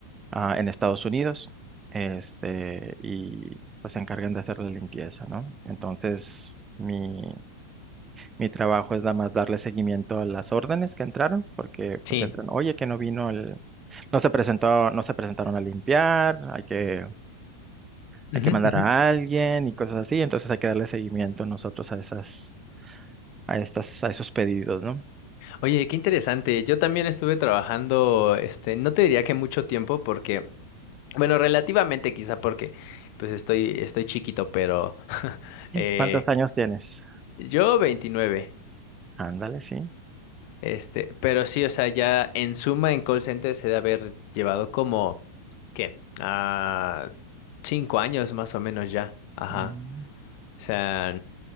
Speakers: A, on the right; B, on the left.
A: ah, en Estados Unidos. Este, y pues se encargan de hacer la limpieza, ¿no? Entonces, mi Mi trabajo es nada más darle seguimiento a las órdenes que entraron, porque
B: Sí.
A: pues entran, oye, que no vino el, no se presentó, no se presentaron a limpiar, hay que,
B: Ujú,
A: hay que mandar
B: ujú.
A: a alguien y cosas así, entonces hay que darle seguimiento nosotros a esas, a estas, a esos pedidos, ¿no?
B: Oye, qué interesante. Yo también estuve trabajando, este, no te diría que mucho tiempo porque, bueno, relativamente quizá porque, pues estoy, estoy chiquito, pero, <laughs> eh,
A: ¿Cuántos años tienes?
B: yo veintinueve
A: Ándale, sí.
B: Este, pero sí, o sea, ya en suma en call center se debe haber llevado como, ¿qué? Ah, cinco años más o menos ya. Ajá.
A: Mm,
B: O sea,